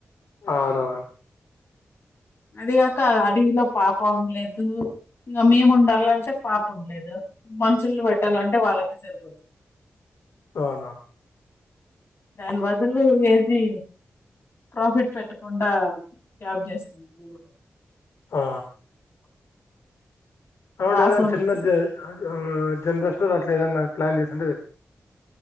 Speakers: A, on the left; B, on the left.
A: అవునవును
B: అదిగాక అడవిలో పాప ఉండలేదు ఇంగా మేము ఉండాలి అంటే పాప ఉండలేదు మనుషులు పెట్టాలంటే వాళ్ళకే సరిపోతుంది
A: అవునా
B: రన్వద్ దులు ఏది ప్రాఫిట్ పెట్టకుండా జ్యాబ్ చేసుకుని మీరు గూడ
A: ఆ అవుడద
B: లాస్ ఉండదు
A: చిన్నజ అవునా జనరల్ స్టోర్ అట్లా ఏదన్నా ప్లాన్ చేసింటే